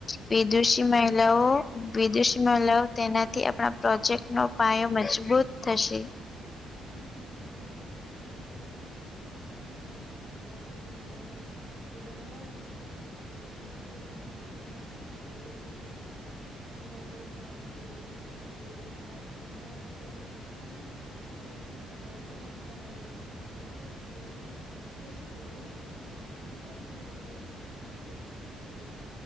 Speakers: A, on the left; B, on the right.
A: વિદુષી લવો વિદુષમાં લવ તેનાથી આપણા પ્રોજેક્ટ નો પાયો મજબૂત થશે
B: હમ અને તેના પછી ના ભાગમાં આપણે આજના સમયની સફળ મહિલાઓના ઉદાહરણ આપી શકીએ જેમ કે રમત ગમતમાં પીવી સિંધુ અને મીરાબાઈ ચા ન બિઝનેસમાં કિરણ મજુમદાર શો અને િકમાં કલ્પના ચાવલા આ બધી સ્ત્રીઓની સક્સેસ સ્ટોરી ક્લાસમાં બધા વિદ્યાર્થીઓને ખૂબ પ્રેરણા આપશે